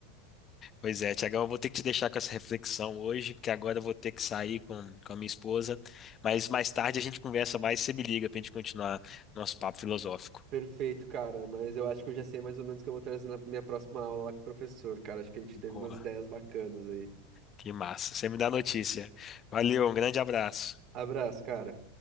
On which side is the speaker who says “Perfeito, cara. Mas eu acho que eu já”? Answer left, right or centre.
Right